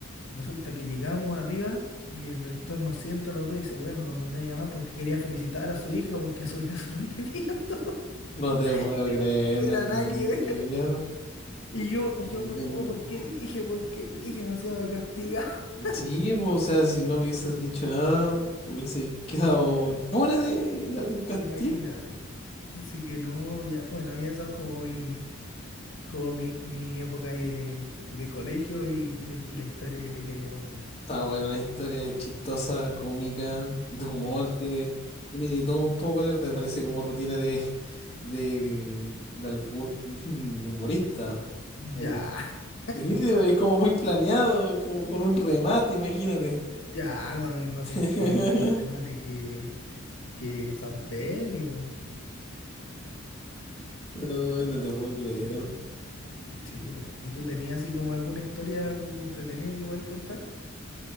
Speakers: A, on the left; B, on the left.
A: Resulta que llegamos arriba y el rector nos sienta a los dos y dice, bueno, los mandé a llamar porque quería felicitar a su hija porque <laughs> subió su rendimiento.
B: No te puedo
A: <laughs>
B: creer,
A: Y
B: no
A: Era
B: era ni
A: nada que ver.
B: que ver.
A: Y yo, y
B: Ay,
A: yo no,
B: no.
A: ¿por qué dije? ¿Por qué dije? Me encima me castiga. <laughs>
B: Sí, po, o sea, si no hubieses dicho nada, te hubiese quedado impune de, de algún castigo.
A: Imagínate. Así que no, ya, bueno, y eso es como mi, como mi, mi época ahí de, de colegio y, y- y la historia que te quería contar.
B: Está buena la historia, es chistosa, cómica, de humor, tiene, tiene de todo un poco, la ¿verdad? Parece como rutina de, <laughs> de, de algún <laughs> humorista,
A: Ya,
B: casi.
A: <laughs>
B: Sí, es como muy planeado, como con un remate, imagínate.
A: ya, con un- no
B: <laughs>
A: tiene, tiene menos remate que, que San Pedro, po.
B: Ay, no te puedo
A: Pucha.
B: creer.
A: Sí, po. ¿Y tú tenías así como alguna historia como entretenida que podáis contar?